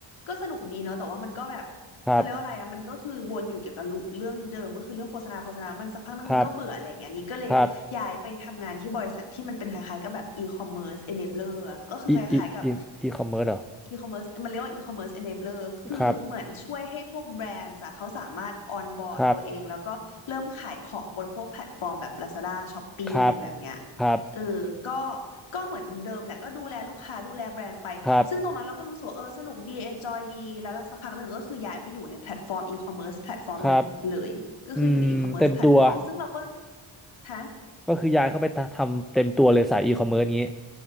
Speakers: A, on the left; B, in the centre.
A: ก็สนุกดีเนาะแต่ว่ามันก็แบบเขาเรียกว่าอะไรอะมันก็คือวนอยู่เกี่ยวกับลูปเรื่องเดิมก็คือเรื่องโฆษณาโฆษณามันสักพักนึงมันก็เบื่ออะไรอย่างเงี้ยนี่ก็เลยย้ายไปทำงานที่บริษัทที่มันเป็นคล้ายๆกับแบบอีคอมเมิร์ซเอเนเบลอร์ก็คือคล้ายๆกับ
B: ครับครับครับ อีอีอีอีคอมเมิร์ซเหรอ
A: อีคอมเมิร์ซมันเรียกว่าอีคอมเมิร์ซเอเ e เบลอร์คือเหมือนช่วยให้พวกแบรนด์อะเขาสามารถออนบอร์ดตัวเองแล้วก็เริ่มขายของบนพวกแพลตฟอร์มแบบ
B: ครับครับ
A: Lazada Shopee
B: ครับ
A: อะไรแบบเนี้ย
B: ครับ
A: เออก็ก็เหมือนเดิมแหละก็ดูแลลูกค้าดูแลแบรนด์ไปซึ่งตรงนั้นเราก็รู้สึกว่าเออสนุกดี
B: ครับ
A: enjoy ดีแล้วสักพักหนึ่งก็คือย้ายไปอยู่ในแพลตฟอร์มอีคอมเมิร์แพลตฟอร์มหนึ่งเลยก็คืออยู่ในอีคอมเมิร์แพลตฟอร์มซึ่งเราก็
B: ครับอืมเต็มตัว
A: ฮะ
B: ก็คือย้ายเข้าไปทำเต็มตัวเลยสายอีคอมเมิร์ซงี้